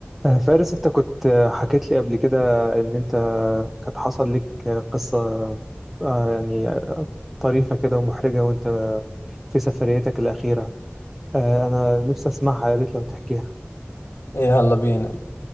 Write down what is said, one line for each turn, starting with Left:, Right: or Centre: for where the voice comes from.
Centre: آه، فارس انت كنت آه، حكيت لي قبل كده ان انت كانت حصل لك آه، قصة آه، يعني طريفة كده ومحرجة وانت في سفريتك الأخيرة آه، انا نفسي اسمعها يا ريت لو تحكيها
Left: إيه، يلا بينا